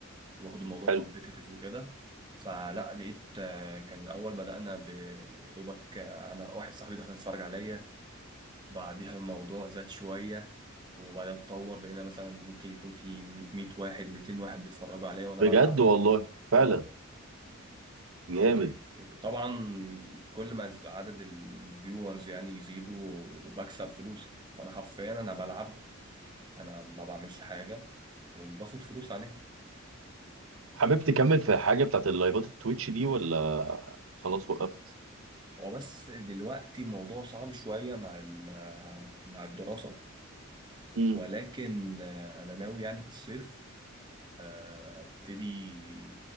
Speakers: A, on the right; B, on the right.
A: واخد الموضوع
B: حلو
A: كومبيتيتيف وكده فلا لقيت آه كان الاول بدانا ب- يا دوبك آه، انا واحد صاحبي دخل يتفرج عليا بعدها الموضوع زاد شويه وبعدها اتطور بقينا مثلا ممكن يكون في 100 واحد 200 واحد بيتفرجوا عليا وانا
B: بجد
A: بلعب
B: والله فعلا
A: آه.
B: جامد
A: وطبعا كل ما ز- عدد الفيورز يعني يزيدوا بكسب فلوس فانا حرفيا انا بلعب انا ما بعملش حاجه وباخد فلوس عليها
B: حابب تكمل في حاجه بتاعت اللايفات التويتش دي ولا خلاص وقفت
A: هو بس دلوقتي الموضوع صعب شويه مع ال- مع الدراسه
B: مم.
A: ولكن آه، انا ناوي يعني في الصيف آه، ابتدي